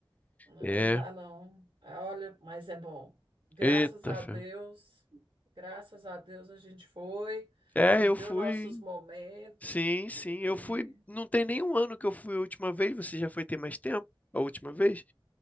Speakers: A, on the right; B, on the left.
A: Não
B: É,
A: dá, não. Ah, Olha, mas é bom. Graças
B: eita,
A: a
B: fé.
A: Deus, graças a Deus a gente foi,
B: É,
A: viveu
B: eu fui
A: nossos momentos
B: Sim, sim.
A: e
B: Eu fui.
A: e
B: Não tem nenhum ano que eu fui a última vez. Você já foi ter mais tempo? A última vez?